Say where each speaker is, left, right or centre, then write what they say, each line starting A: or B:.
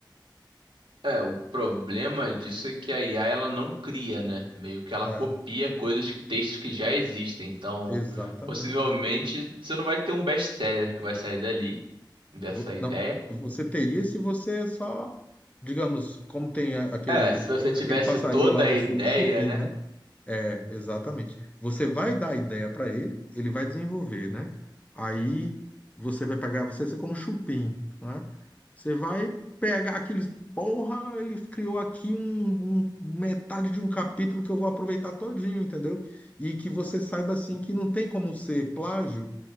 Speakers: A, on the right; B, on the left.
A: É, o problema disso é que a IA ela não cria, né? Meio que ela
B: É,
A: copia coisas, que- textos que já existem. Então,
B: exatamente.
A: possivelmente você não vai ter um best-seller que vai sair dali, dessa
B: Vo-
A: ideia.
B: Não, você teria se você é só, digamos, como tem a- aquele
A: É, se você tivesse
B: aquele passarinho
A: toda
B: lá
A: a
B: no
A: ideia,
B: sul, o chupim,
A: né?
B: né? É, exatamente. Você vai dar a ideia para ele, ele vai desenvolver, né? Aí você vai pegar, você vai ser como chupim, né? Você vai pegar aqueles, porra, ele criou aqui um, um- metade de um capítulo que eu vou aproveitar todinho, entendeu? E que você saiba assim que não tem como ser plágio,